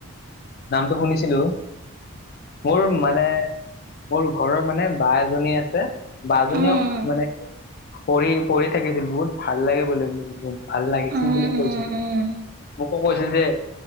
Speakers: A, on the left; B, on the right.
A: নামটো শুনিছিলো মোৰ মানে মোৰ ঘৰৰ মানে বা এ দুজনী আছে বাজনীও
B: অ উম
A: মানে পঢ়ি পঢ়ি থাকিছিল বহুত ভাল লাগে বুলি ভাল লাগিছিল
B: উম
A: বুলি কৈছিল।
B: উম উম
A: আকৌ কৈছিল যে